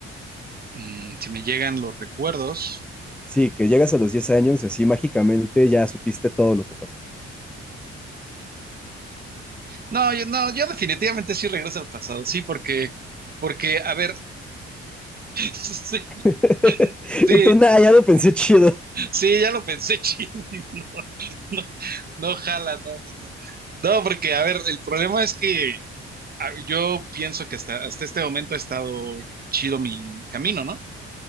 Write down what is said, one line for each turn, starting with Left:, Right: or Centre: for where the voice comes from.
Right: mm, si me llegan los recuerdos.
Centre: Sí, que llegas a los 10 años y así mágicamente ya supiste todo lo que pasó.
Right: No, yo, no, yo definitivamente sí regreso al pasado, sí, porque, porque, a ver, <laughs> sí,
Centre: <laughs>
Right: sí,
Centre: Y tú, nada, ya lo pensé chido.
Right: sí, ya lo pensé <laughs> chido. No, no jala, no, no, no. No, porque, a ver, el problema es que a- yo pienso que hasta, hasta este momento ha estado chido mi camino, ¿no?